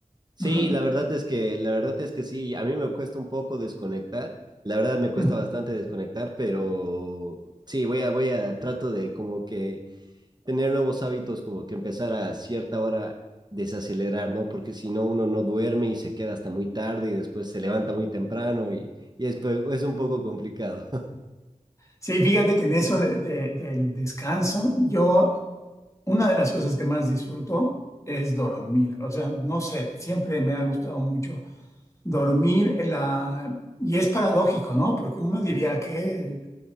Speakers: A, on the right; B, on the left.
A: Sí,
B: Ujú,
A: la verdad es que, la verdad es que sí, a mí me cuesta un poco desconectar, la verdad me cuesta
B: ujú.
A: bastante desconectar, pero sí, voy a, voy a, trato de como que tener nuevos hábitos, como que empezar a cierta hora desacelerar, ¿no? Porque si no, uno no duerme y se queda hasta muy tarde y después se levanta muy temprano y, y es, pe- es un poco complicado.
B: Sí, fíjate que en eso de- de- del descanso, yo, una de las cosas que más disfruto es dormir. O sea, no sé, siempre me ha gustado mucho dormir. en La... Y es paradójico, ¿no? Porque uno diría que